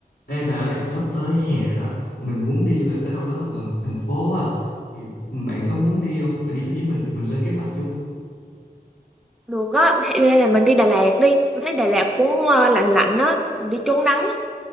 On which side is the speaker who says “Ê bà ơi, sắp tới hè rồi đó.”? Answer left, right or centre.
Left